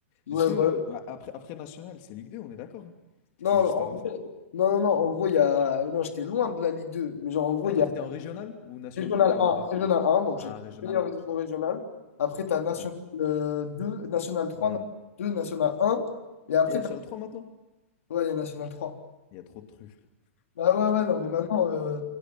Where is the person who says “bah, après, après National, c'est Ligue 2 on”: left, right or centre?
Left